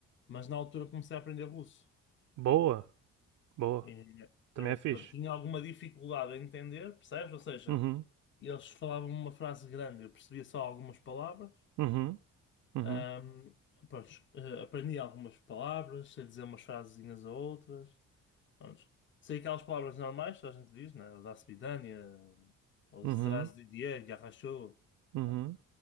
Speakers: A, on the left; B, on the right.
A: Mas na altura comecei a aprender russo.
B: Boa, boa,
A: É,
B: também
A: eh,
B: é fixe.
A: pá, tinha alguma dificuldade a entender, percebes? Ou seja,
B: Uhum,
A: eles falavam uma frase grande, eu percebia só algumas palavras.
B: uhum, uhum,
A: Ahm, pronto, eh, aprendi algumas palavras, sei dizer umas frasezinhas a outras. Pronto. Sei aquelas palavras normais, que a gente diz, né? Da Svidania, ou
B: uhum,
A: Zdrazdidie, Yarrachou.
B: uhum,
A: Pronto.